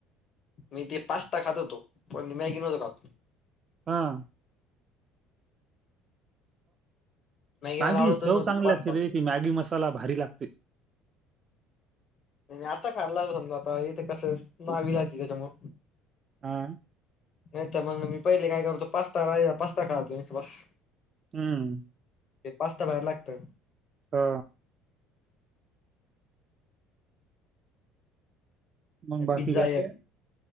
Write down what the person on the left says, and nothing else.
मी ते पास्ता खात होतो पण मी मॅगी नव्हतो खात.
मला आवडतच
नव्हती
पास्ता
नाही आता खायला लागलो समजा आता इथे कसं मावी लागते त्याच्यामु
नाही तर मग मी पहिले काय करतो पास्ताा पास्ता खळ तोी बस
ते पाचट बाहेर लागत
पिझ्झा
एक